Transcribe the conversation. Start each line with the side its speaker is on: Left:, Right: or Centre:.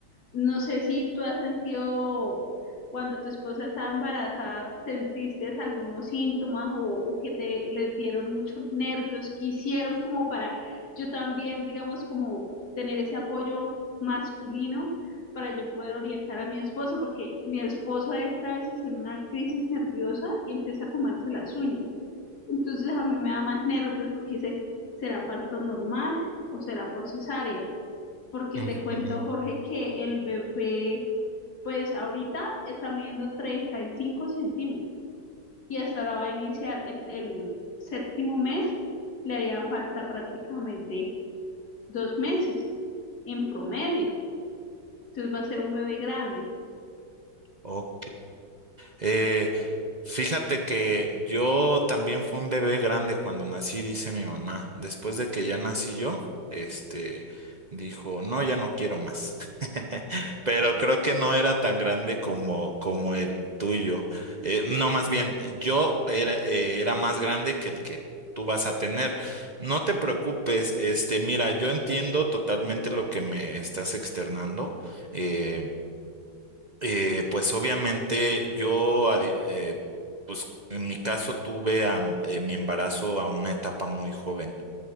Left: no sé si tú has sentido cuando tu esposa estaba embarazada, ¿te sentiste algunos síntomas o, o que te les dieron muchos nervios? ¿Qué hicieron como para yo también, digamos, como tener ese apoyo masculino para yo poder orientar a mi esposo? Porque mi esposo entra a veces en una crisis nerviosa y empieza a comerse las uñas. Entonces a mí me da más nervios porque dice, ¿será parto normal o será por cesárea? Porque
Right: Ujú,
Left: te cuento, Jorge, que el bebé, pues ahorita está midiendo 35 centímetros y hasta ahora va a iniciar el, el séptimo mes, le haría falta prácticamente dos meses en promedio. Entonces va a ser un bebé grande.
Right: Ok. Eh, Fíjate que yo también fui un bebé grande cuando nací, dice mi mamá. Después de que ya nací yo, este, dijo, no, ya no quiero más. <laughs> Pero creo que no era tan grande como, como el tuyo. Eh, no, más bien, yo era, eh, era más grande que el que tú vas a tener. No te preocupes, este, mira, yo entiendo totalmente lo que me estás externando. eh, eh, pues obviamente yo, a di- eh, pues en mi caso tuve a, m- eh, mi embarazo a una etapa muy joven.